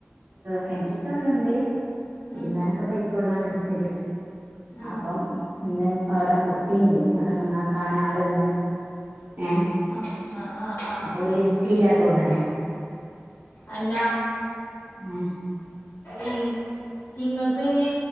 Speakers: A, on the right; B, on the left.
A: കെൻറ്റ്ത്തെ വെള്ളണ്ട് തിരുമ്പാനൊക്കെ
B: ഉം
A: പയിപ്പ് വെള്ളാണെടുക്ക ത്തിൽ
B: ആ
A: അപ്പം ഇന്ന് ഇപ്പവിടെ പു ട്ടിണ്ട് അവിടെ നന്നാക്കൻ ആൾന്ന് ഏഹ
B: ആ ആ ആ ആ
A: അപ്പൊ ഒരു ഇത്തിലാതോന്നനെ.
B: അല്ല
A: ഏ
B: ഇനി ഇങ്ങക്കിനി.